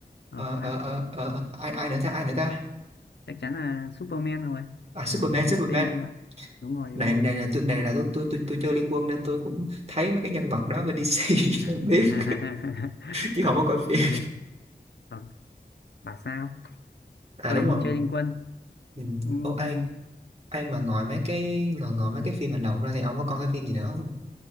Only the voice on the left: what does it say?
ờ,
Flash
chắc chắn là Superman rồi
nổi, nổi
nhất bên đấy rồi đúng rồi
đúng rồi
à,
<laughs>
à
hề, còn bà sao
tôi
thì
không chơi Liên Quân
Ừm,